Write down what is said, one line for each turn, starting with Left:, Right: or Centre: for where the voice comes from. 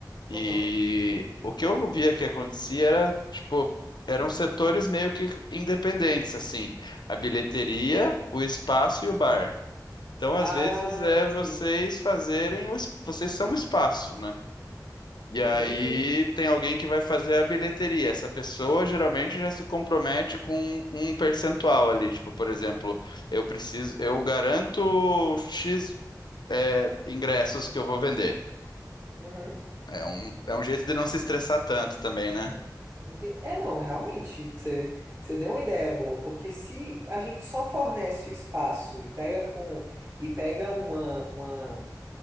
Left: E
Right: Aham.
Left: o que eu via que acontecia era, tipo, eram setores meio que independentes, assim. A bilheteria, o espaço e o bar. Então, às
Right: Ah,
Left: vezes, é
Right: entendi.
Left: vocês fazerem, o es- vocês são o espaço, né? E aí
Right: Entendi.
Left: tem alguém que vai fazer a bilheteria. Essa pessoa geralmente já se compromete com um percentual ali. Tipo, por exemplo, eu preciso, eu garanto X, é, ingressos que eu vou vender.
Right: Uhum.
Left: É um, é um jeito de não se estressar tanto também, né?
Right: Enten- É, não, realmente, você, você deu uma ideia boa, porque se a gente só fornece o espaço e pega com e pega uma, uma,